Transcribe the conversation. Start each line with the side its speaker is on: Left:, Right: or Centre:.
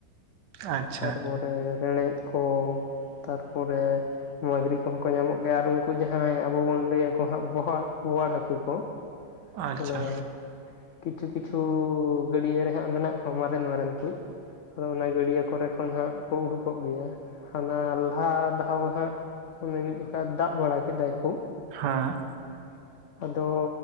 Right: ᱟᱪᱪᱷᱟ
Left: ᱛᱟᱨᱯᱚᱨᱮ ᱨᱮᱲᱮᱫ ᱠᱚ ᱛᱟᱨᱯᱚᱨᱮᱼᱼ ᱢᱟᱜᱤᱨᱤ ᱠᱚᱦᱚ ᱠᱚ ᱧᱟᱢᱚᱜ ᱜᱮᱭᱟ ᱟᱨ ᱩᱱᱠᱩ ᱡᱟᱦᱟᱸᱭ ᱟᱵᱚ ᱵᱚᱱ ᱞᱟᱹᱭᱟ ᱠᱚ ᱦᱟᱜ ᱵᱚᱦᱟᱲ ᱵᱳᱣᱟᱲ ᱦᱟᱠᱩ ᱠᱚ᱾
Right: ᱟᱪᱪᱷᱟ
Left: ᱚᱱᱟ ᱠᱤᱪᱷᱩ ᱠᱤᱪᱷᱩ ᱜᱟᱹᱰᱭᱟᱹ ᱨᱮ ᱦᱟᱸᱜ ᱢᱮᱱᱟᱜ ᱠᱚᱣᱟ ᱢᱟᱨᱮᱱ ᱢᱟᱨᱮᱱ ᱠᱩ᱾ ᱟᱫᱚ ᱚᱱᱟ ᱜᱟᱹᱰᱭᱟᱹ ᱠᱚᱨᱮ ᱠᱷᱚᱱ ᱦᱟᱸᱜ ᱠᱚ ᱩᱰᱩᱠᱚᱜ ᱜᱮᱭᱟ᱾ ᱦᱟᱱᱟ ᱞᱟᱦᱟ ᱫᱷᱟᱣ ᱦᱟᱸᱜ ᱢᱚᱱᱮ ᱢᱤᱫ ᱡᱚᱠᱷᱟ ᱫᱟᱜ ᱵᱟᱲᱟ ᱠᱮᱫᱟᱭ ᱠᱷᱩᱵ᱾
Right: ᱦᱟᱸ᱾
Left: <inaudible> ᱟᱫᱚ